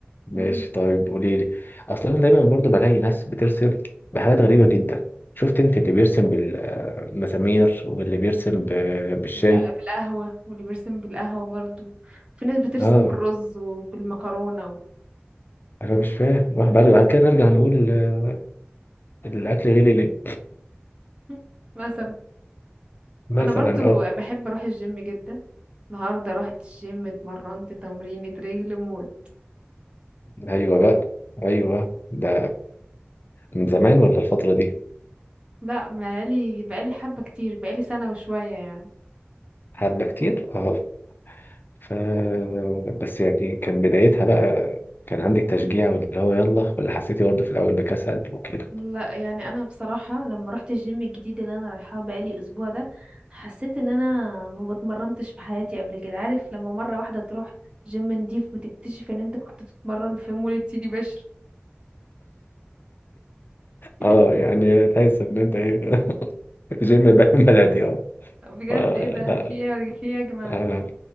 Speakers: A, on the left (about 55°); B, on the right (about 25°).
A: ماشي
B: مم.
A: طيب قولي لي اصل انا دايما برضو بلاقي ناس بترسم بحاجات غريبه جدا شفت انت اللي بيرسم بالمسامير واللي بيرسم ب- بالشاي
B: بالق- بالقهوة واللي بيرسم بالقهوة برضو وفي ناس بترسم
A: اه
B: بالرز وبالمكرونة و...
A: انا مش فاهم واحد بعد بعد كده نرجع نقول آه، الاكل غلي ليه
B: <laughs> مثلا
A: مثلا
B: أنا برضو
A: اه
B: بحب أروح الجيم جدا النهاردة رحت الجيم اتمرنت تمرينة رجل موت
A: ايوه بقى ايوه ده من زمان ولا الفتره دي
B: لا بقالي بقالي حبة كتير بقالي سنة وشوية يعني
A: حبه كتير اه ف بس يعني كان بدايتها بقى كان عندك تشجيع واللي هو يلا ولا حسيتي برضه في الاول بكسل وكده
B: لا يعني أنا بصراحة لما رحت الجيم الجديد اللي أنا رايحاه بقالي أسبوع ده حسيت إن أنا ما بتمرنتش في حياتي قبل كده عارف لما مرة واحدة تروح جيم نضيف وتكتشف إن أنت كنت بتتمرن في مولد سيدي بشر <laughs>
A: اه يعني تحس ان انت ايه <laughs> جيم بقى بلدي اه
B: بجد
A: فلا
B: ايه ده في ايه يا- في ايه يا جماعة
A: آه،